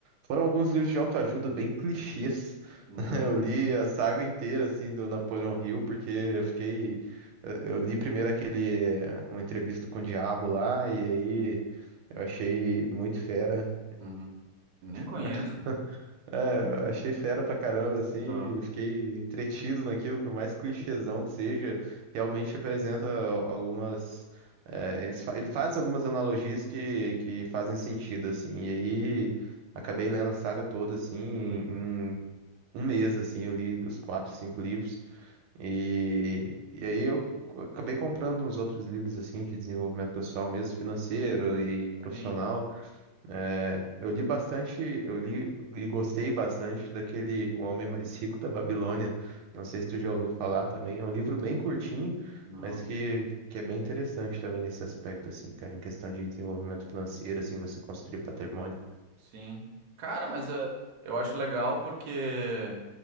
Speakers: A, on the right; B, on the right.
A: foram alguns livros de autoajuda bem clichês.
B: Uhum,
A: <laughs> Eu li a saga inteira, assim, do Napoleon Hill, porque eu fiquei... Eu eu li primeiro aquele... eh, Uma entrevista com o Diabo lá, e aí eu achei muito fera.
B: uhum. Nem conheço.
A: <laughs> É, eu achei fera pra caramba, assim,
B: Ah,
A: eu fiquei entretido naquilo, por mais clichêzão que seja, realmente representa al- algumas. é, eles fa- ele faz algumas analogias que, que fazem sentido, assim, e aí acabei lendo a saga toda, assim, em, em um mês, assim, eu li os quatro, cinco livros, e, e aí eu acabei comprando uns outros livros, assim, de desenvolvimento pessoal mesmo, financeiro e profissional.
B: sim.
A: É, eu li bastante, eu li e gostei bastante daquele O Homem Mais Rico da Babilônia. Não sei se tu já ouviu falar também. É um livro bem curtinho,
B: Não.
A: mas que, que é bem interessante também nesse aspecto, assim, cara, em questão de desenvolvimento financeiro, assim, você construir patrimônio.
B: Sim. Cara, mas eh, eu acho legal porque,